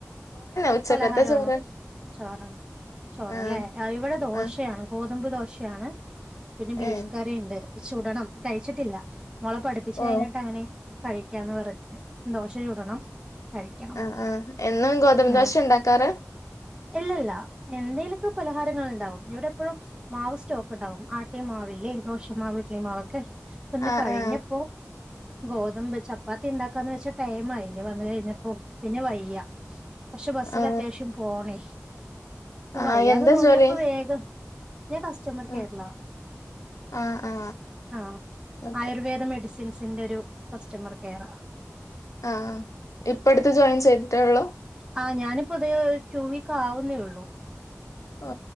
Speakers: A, on the left (about 85°); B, on the right (about 15°).
A: ഉച്ചക്കത്തെ
B: പലഹാരാണോ
A: ചോറ്
B: ചോറാ ചോറാല്ലെ
A: ആ
B: ഇവിടെ ദോശയാണ്
A: ആ
B: ഗോതമ്പ് ദോശയാണ് പിന്നെ ബീഫ്
A: ഏ
B: കറിണ്ട് ചുടണം കഴിച്ചിട്ടില്ല മോളെ പഠി പ്പിച്ച്
A: ഓ
B: കഴിഞ്ഞിട്ട് അങ്ങനെ കഴിക്കാന്ന് പറഞ്ഞിട്ട് ഉം ദോശ ചുടണം കഴിക്കണം
A: ആ ആ എന്നും ഗോതമ്പ്
B: ഉം
A: ദോശ ഉണ്ടാക്കാറ്
B: ഇല്ലല്ല എന്തേലൊക്കെ പലഹാരങ്ങൾ ഇണ്ടാവും ഇവിടെ എപ്പഴും മാവ് സ്‌റ്റോ ക്ക്ണ്ടാവും ആട്ടിയമാവില്ലേ ദോഷമാവ് ഇഡലിമാവൊക്കെ ഇപ്പന്ന്
A: ആ
B: കഴിഞ്ഞപ്പോ
A: ആ
B: ഗോതമ്പ് ചപ്പാത്തി ഇണ്ടാക്കാന്ന് വെച്ചാ ടൈം ആയില്ലേ വന്ന് കഴിഞ്ഞപ്പോ പിന്നെ വയ്യ കൊർച്ച് ബസ്സില്
A: ആ
B: അത്യാവശ്യം പോണേ ഇപ്പവയ്യാന്ന്
A: ആ എന്താ
B: തോന്നിയപ്പോ
A: ജോലി
B: വേഗം ഞ കസ് കേരള
A: ആ ആ ആ
B: ആഹ്
A: ഓക്കെ
B: ആയുർവേദ മെഡിസിൻസ്ൻ്റാെരു കസ്സ്റ്റമർ കെയറാ
A: ആഹ് ഇപ്പഅട്ത്ത് ജോയിൻ ചെയ്തിട്ടേ ഒള്ളൂ
B: ആഹ് ഞാനിപ്പോ ഇതേയോ റ്റൂ വീക്ക് ആവുന്നേ ഒള്ളു
A: ഓ